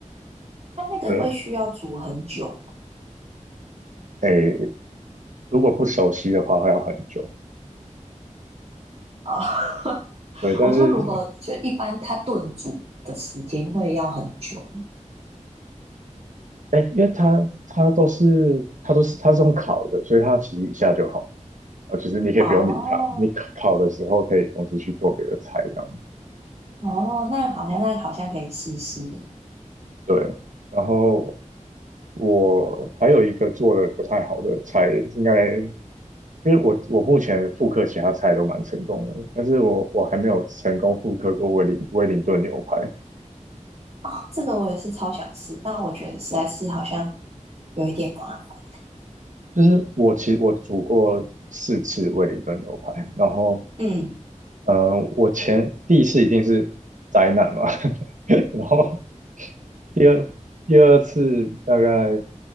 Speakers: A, on the right; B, on the right.
A: 它那个会需要煮很久
B: 对，诶，如果不熟悉的话会要很久。
A: 啊。哦 <laughs>
B: 对，但是
A: 我说如果就一般它炖煮的时间会要很久
B: 哎，因为它它都是它都是它是用烤的，所以它其实一下就好啊，就是你可以不用理它，
A: 哦。
B: 你烤烤的时候可以同时去做别的菜这样。
A: 哦，那好像那好像可以试试的。
B: 对，然后我还有一个做的不太好的菜，应该因为我我目前复刻其他菜都蛮成功的，但是我我还没有成功复刻过威灵威灵顿牛排。
A: 哦，这个我也是超想试，但我觉得实在是好像有一点麻烦。
B: 就是我其实我煮过四次威灵顿牛排，然后
A: 嗯，
B: 呃，我前第一次一定是灾难嘛，<laughs> 然后第二第二次大概